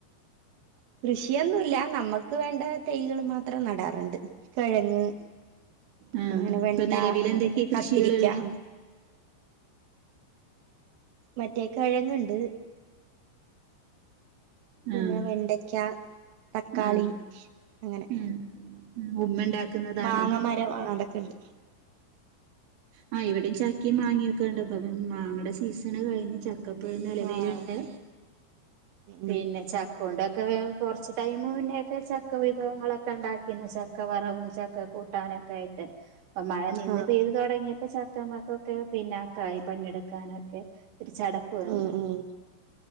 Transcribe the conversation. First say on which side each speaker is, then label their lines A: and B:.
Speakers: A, on the right; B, on the right.
A: കൃഷിയൊന്നുവില്ല. നമ്മക്ക് വേണ്ട തൈകൾ മാത്രം നടാറുണ്ട് കിഴങ്ങ്
B: ആ
A: അങ്ങനെ വെണ്ട
B: ഇപ്പൊ നിലവിൽ
A: ആ
B: എന്തൊക്കെയാ
A: അതൊക്കെ
B: കൃഷികളുള്ളെ
A: കത്തിരിക്ക ആ മറ്റേക്ക കെഴങ്ങുണ്ട് പിന്നെ
B: ആ
A: വെണ്ടക്ക തക്കാളി
B: ആ
A: അങ്ങനെ
B: ആ ഉമ്മ ഉണ്ടാക്കുന്നതാണോ
A: മാങ്ങ മരം അതൊക്കെണ്ട്
B: ആ. ഇവിടെയും ചക്കയും മാങ്ങയൊക്കെണ്ട്. ഇപ്പൊ മാങ്ങയുടെ സീസൺ കഴിഞ്ഞ് ചക്ക ഇപ്പോഴും നിലവൽണ്ട്
A: ആഹ്
B: പിന്നെ
A: ഉം
B: ചക്കോണ്ട് ഒ കുറച്ച് ടൈമ പിന്നൊക്കെ ചക്ക വിഭവങ്ങളൊക്കെ ഉണ്ടാക്കിന്ന് ചക്ക വറവും ചക്ക കൂട്ടാനൊെ ആയിട്ട് അപ്പൊ മഴ നിന്ന്
A: ആഹ്
B: പെയ്തു തുടങ്ങിയപ്പോ ചക്കമാക്ക ഒക്കെ പിന്നെ കായ പണ്ിയെടുക്കാനൊക്കെ ഒരു ചടപ്പ് വന്ന്
A: ഉം ഉം